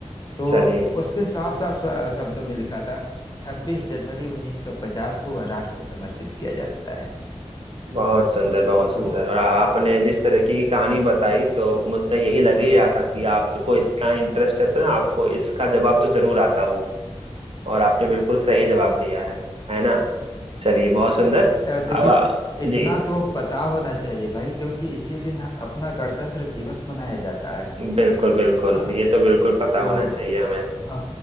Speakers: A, on the left (about 35°); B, on the right (about 55°).
A: तो
B: चलिए
A: उस पे साफ साफ शब्दों में लिखा था 26 जनवरी 1950 को वह राष्ट्र को समर्पित किया जाता है
B: बहुत सुंदर बहुत सुंदर
A: तो
B: और आपने जिस तरीके की कहानी बताई तो मुझसे यही लग ही रहा था कि आपको इतना इंटरेस्ट है तो आपको इसका जवाब तो जरूर आता होगा और आपने बिल्कुल सही जवाब दिया है है ना चलिए बहुत सुंदर
A: अच्छा,
B: अब
A: देखिए
B: चलिए
A: इतना
B: आ, जी
A: तो पता होना चाहिए भाई क्योंकि इसी दिन अपना गणतंत्र दिवस मनाया जाता है
B: बिल्कुल बिल्कुल
A: ना
B: ये तो बिल्कुल पता
A: तो
B: होना चाहिए हमें
A: अ,